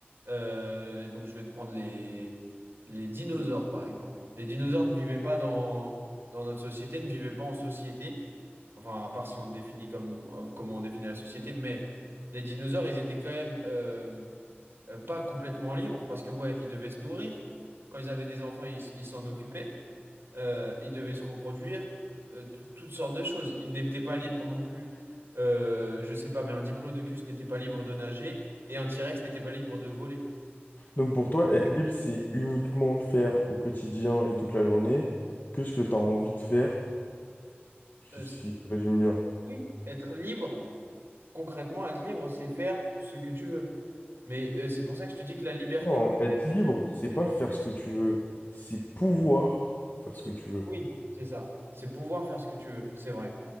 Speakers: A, on the right (about 65°); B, on the left (about 50°).
A: euh, donc je vais te prendre les, les dinosaures, par exemple. Les dinosaures ne vivaient pas dans, dans notre société, ne vivaient pas en société, enfin, à part si on le définit comme euh, comment on définit la société, mais les dinosaures, ils étaient quand même euh, euh, pas complètement libres parce que, ouais, ils devaient se nourrir. Quand ils avaient des enfants, ils s- ils s'en occupaient. Euh, il devait se reproduire, euh, tout- toutes sortes de choses. Il n'était pas libre non plus, euh, je sais pas, mais un diplodocus n'était pas libre de nager et un T-Rex n'était pas libre de voler.
B: Donc pour toi, être libre, c'est uniquement faire au quotidien et toute la journée que ce que tu as envie de faire, si,
A: Euh,
B: si
A: c'est-
B: je résume bien.
A: oui, être libre, concrètement, être libre, c'est faire ce que tu veux. Mais euh, c'est pour ça que je te dis que la liberté
B: Non,
A: totale,
B: être libre, c'est pas faire ce que tu veux, c'est pouvoir faire ce que tu veux.
A: oui, c'est ça. C'est pouvoir faire ce que tu veux, c'est vrai.